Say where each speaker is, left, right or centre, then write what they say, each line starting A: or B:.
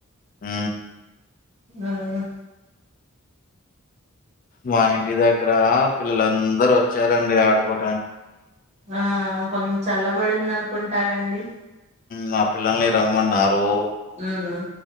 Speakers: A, on the left; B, on the right.
A: ఊ
B: ఆహా
A: మా ఇంటి దగ్గర పిల్లలందరూ వచ్చారండి ఆడుకోవ
B: ఆ కొంత చల్లబడింది అనుకుంటానండి
A: మా పిల్లల్ని రమ్మన్నారు
B: ఉమ్